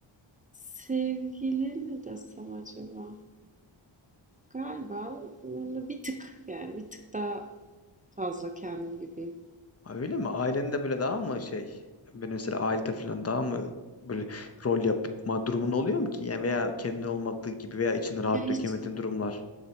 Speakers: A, on the right (about 20°); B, on the left (about 30°).
A: sevgili mi desem acaba? Galiba ben de bir tık yani bir tık daha fazla kendim gibiyim.
B: Ha, öyle mi? Ailende böyle daha mı şey? Ben mesela ailede falan daha mı böyle rol yapma durumun oluyor mu ki? Yani veya kendin olmadığı gibi veya içini rahat
A: Ya hiç
B: dökemediğin durumlar.